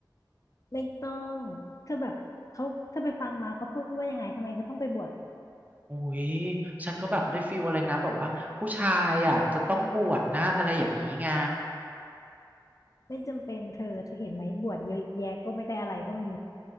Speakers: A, on the left; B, on the right.
A: ไม่ต้องเธอแบบเขาเธอไปฟังมาเขาพูดว่ายังไงทำไมเธอต้องไปบวช
B: อุ้ยฉันก็แบบได้ฟีลอะไรนะแบบว่าผู้ชายอ่ะจะต้องบวชนะอะไรอย่างนี้ไง
A: ไม่จำเป็นเธอเธอเห็นไหมบวชเยอะแยะก็ไม่ได้อะไรก็มี